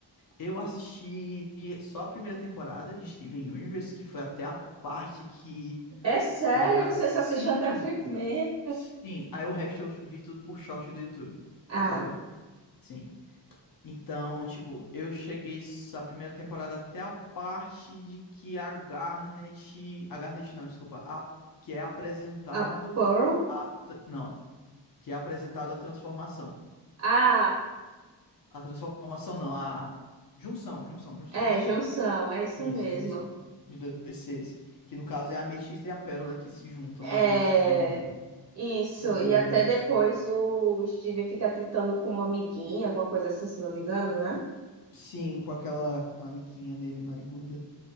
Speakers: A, on the left; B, on the right.
A: Eu assisti só a primeira temporada de Steven Universe, que foi até a parte que
B: É sério
A: é das.
B: que você só
A: Sim,
B: assistiu até a primeira?
A: sim. Aí o resto eu vi tudo por short do YouTube,
B: Ah,
A: sabe? Sim. Então, tipo, eu cheguei a primeira temporada até a parte de que a Garnet. A Garnet não, desculpa. A... Que é apresentado
B: a Pearl?
A: a. tr- Não, que é apresentado a transformação.
B: Ah,
A: A transformação não, a. Junção, junção, junção,
B: é,
A: enfim.
B: junção, é isso
A: Isso,
B: mesmo.
A: junção. De dois seres. Que no caso é a ametista e a pérola que se juntam
B: É,
A: na dança, se não me engano.
B: isso,
A: A primeira
B: e até
A: vez.
B: depois o Steven fica tentando com uma amiguinha, alguma coisa assim, se não me engano, né?
A: Sim, com aquela, com aquela amiguinha dele, nariguda.